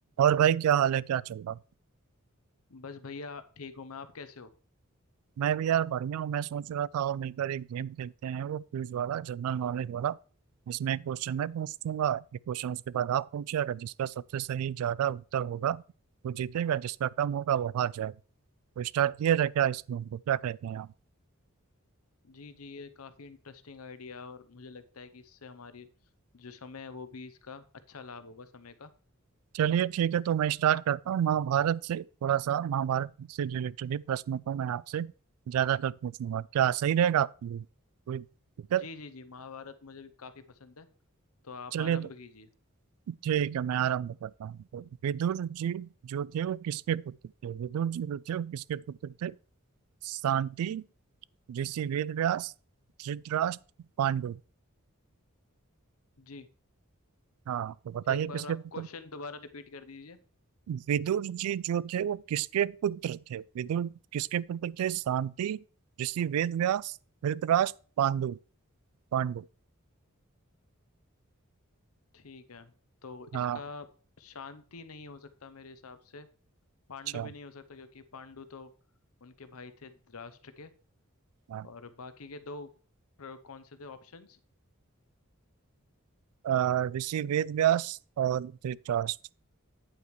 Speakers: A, on the right; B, on the left.
A: और भाई क्या हाल है क्या चल रहा
B: बस भैया ठीक हूँ मैं आप कैसे हो
A: मैं भी यार बढ़िया हूँ मैं सोच रहा था और मिलकर एक गेम खेलते हैं वो क्विज वाला जनरल नॉलेज वाला जिसमें एक क्वेश्चन मैं पूछूंगा एक क्वेश्चन उसके बाद आप पूछिए अगर जिसका सबसे सही ज्यादा उत्तर होगा वो जीतेगा जिसका कम होगा वो हार जाएगा तो स्टार्ट किया जाए क्या इस गेम को क्या कहते हैं आप
B: जी जी ये काफ़ी इंटरेस्टिंग आइडिया है और मुझे लगता है कि इससे हमारी जो समय है वो भी इसका अच्छा लाभ होगा समय का
A: चलिए ठीक है तो मैं स्टार्ट करता हूँ महाभारत से थोड़ा सा महाभारत से रिलेटेड ही प्रश्नों को मैं आपसे ज्यादातर पूछूंगा क्या सही रहेगा आपके लिए कोई दिक्कत
B: जी जी जी महाभारत मुझे भी काफ़ी पसंद है तो आप
A: चलिए
B: आरंभ
A: तो
B: कीजिए
A: ठीक है मैं आरंभ करता हूँ तो विदुर जी जो थे वो किसके पुत्र थे विदुर जी जो थे वो किसके पुत्र थे शांति ऋषि वेदव्यास धृतराष्ट्र पांडु
B: जी
A: हाँ तो बताइए
B: एक
A: किसके
B: बार आप
A: पुत्र
B: क्वेश्चन दोबारा रिपीट कर दीजिए
A: विदुर जी जो थे वो किसके पुत्र थे विदुर किसके पुत्र थे शांति ऋषि वेदव्यास धृतराष्ट्र पांडु पांडु
B: ठीक है तो इसका
A: हाँ
B: शांति नहीं हो सकता मेरे हिसाब से पांडु
A: अच्छा
B: भी नहीं हो सकता क्योंकि पांडु तो उनके भाई थे धृतराष्ट्र के
A: हाँ
B: और बाकी के दो प्र- कौन से थे ऑप्शंस
A: अ, ऋषि वेदव्यास और धृतराष्ट्र